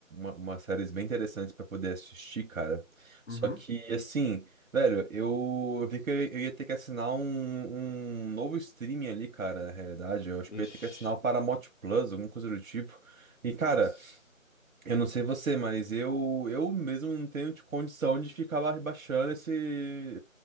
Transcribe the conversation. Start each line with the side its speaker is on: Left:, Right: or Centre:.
Right: uma, umas séries bem interessantes pra poder assistir, cara. Só
Left: uhum.
Right: que, assim, velho, eu vi que eu eu ia ter que assinar um, um novo streaming ali, cara, na realidade. Eu acho que eu
Left: Ixi,
Right: ia ter que assinar o Paramount Plus, alguma coisa do tipo. E, cara,
Left: nossa.
Right: Eu não sei você, mas eu eu mesmo não tenho de condição de ficar ba- baixando esse